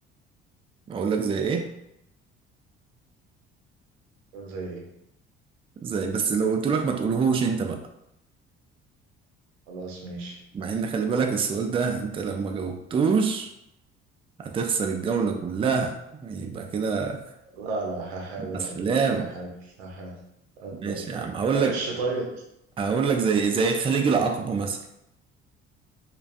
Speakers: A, on the right; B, on the right.
A: أقول لك زي إيه
B: قول زي إيه
A: زي بس لو قلت لك ما تقولهوش أنت بقى
B: خلاص ماشي
A: مع إن خلي بالك السؤال ده أنت لو ما جاوبتوش هتخسر الجولة كلها يبقى كده
B: لا لا هحاول
A: مع السلامة
B: أقول هحاول هحاول أقدر
A: ماشي يا عم هقول
B: أغش
A: لك
B: طيب
A: هقول لك زي زي خليج العقبة مثلا